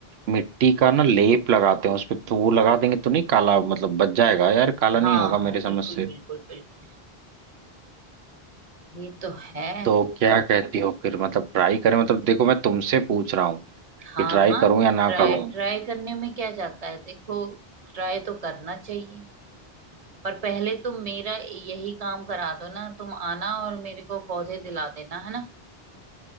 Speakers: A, on the right (about 85°); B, on the right (about 40°).
A: मिट्टी का ना लेप लगाते हैं उस पे तो वो लगा देंगे तो नहीं काला मतलब बच जाएगा यार काला नहीं
B: हाँ
A: होगा मेरे समझ
B: बिल्कुल
A: से
B: बिल्कुल बिल्कुल ये तो है
A: तो क्या कहती हो फिर मतलब ट्राई करें मतलब देखो मैं तुमसे पूछ रहा हूँ
B: हाँ
A: कि ट्राई
B: हाँ
A: करूं या ना
B: ट्राई
A: करूं
B: ट्राई करने में क्या जाता है देखो ट्राई तो करना चाहिए पर पहले तुम मेरा यही काम करा दो ना तुम आना और मेरे को पौधे दिला देना है ना